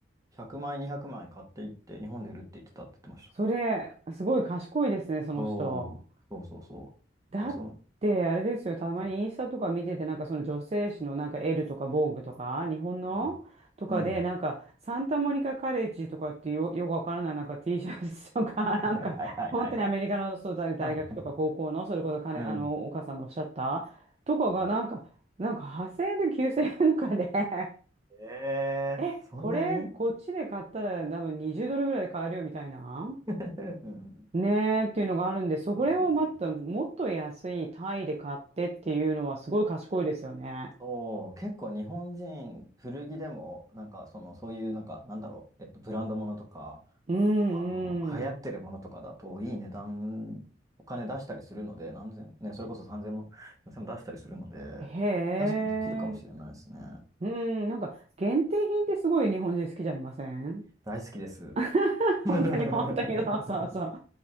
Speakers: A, on the right (about 20°); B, on the right (about 35°).
A: 100枚、200枚買っていって、日本で売るって言ってたって言ってました。
B: それ、すごい賢いですね、その人。
A: そう。そうそうそう。
B: だってあれですよ、
A: あ、そう
B: たまにインスタとか見てて、
A: か
B: なんかその女性誌のなんかエルとかボーグとか、日本のとかで、
A: ね。うん。うん。
B: なんかサンタモニカカレッジとかっていうよ、よくわからないなんか T シャツとか、
A: <laughs>
B: <laughs> なんか本当にアメリカのそうだ大学とか高校の、
A: はいはいはいはい。はい。
B: それこそ彼、
A: うん。
B: あの、お母さんのおっしゃったとかがなんか、
A: うん
B: なんか8000円と9000円とかで <laughs>
A: えーそんなに
B: え、これこっちで買ったら多分20ドルぐらいで買えるよみたいな。
A: <laughs> うん。
B: ねえっていうのがあるんで、それをまたもっと安いタイで買ってっていうのはすごい賢いですよね。
A: そうそうそう。そう、結構日本人、古着でも、なんか、その、そういう、なんか、なんだろう、えっと、ブランドものとか、
B: うんうん。
A: あの、流行ってるものとかだと、いい値段、お金出したりするので、何千、ね、それこそ3000も、4 0も出したりするので、
B: へえ。
A: 確かにできるかもしれないですね。
B: うん、なんか限定品ってすごい日本人好きじゃありません
A: 大好きです。
B: <laughs>
A: <laughs>
B: 本当に本当にそうそうそう。